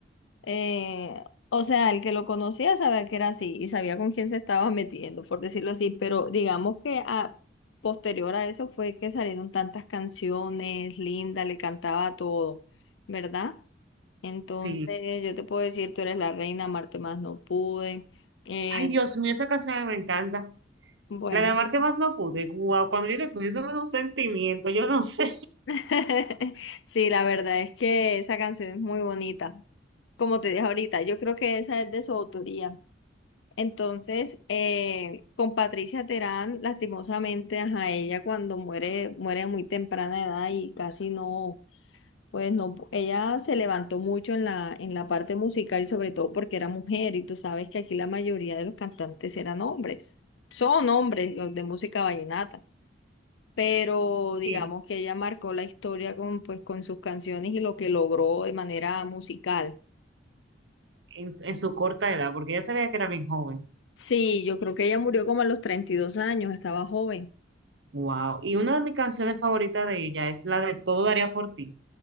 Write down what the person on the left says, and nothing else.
Eh, o sea, el que lo conocía sabía que era así y sabía con quién se estaba metiendo, por decirlo así, pero digamos que a posterior a eso fue que salieron tantas canciones, Linda le cantaba a todo, ¿verdad? Entonces
yo te puedo decir, tú eres la reina, Marte más no pude. Eh,
bueno,
<laughs> sí, la verdad es que esa canción es muy bonita. Como te dije ahorita, yo creo que esa es de su autoría. Entonces, eh, con Patricia Terán, lastimosamente, ajá, ella cuando muere, muere a muy temprana edad y casi no, pues no, ella se levantó mucho en la, en la parte musical y sobre todo porque era mujer y tú sabes que aquí la mayoría de los cantantes eran hombres, son hombres los de música vallenata, pero digamos
que ella marcó la historia con, pues, con sus canciones y lo que logró de manera musical.
Sí, yo creo que ella murió como a los 32 años, estaba joven,